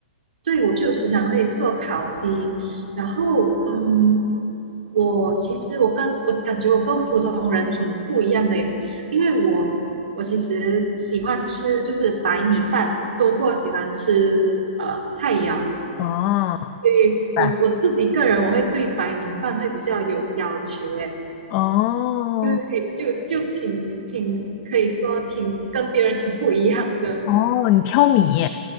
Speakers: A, on the right; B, on the left.
A: 对，我就时常会做烤鸡，然后嗯，我其实我跟我感觉我跟普通人挺不一样的耶因为我我其实喜欢吃就是白米饭多过喜欢吃呃菜肴，
B: 哦，明
A: 所以我我自己个人我会对白米饭会比较有要求诶，
B: 白哦
A: 对，就就挺挺可以说挺跟别人挺不一样的。
B: 哦，你挑米，